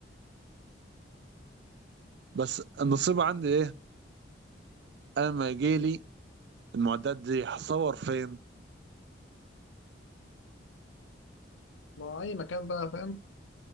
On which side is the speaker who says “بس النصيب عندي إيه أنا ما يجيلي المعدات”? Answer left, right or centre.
Right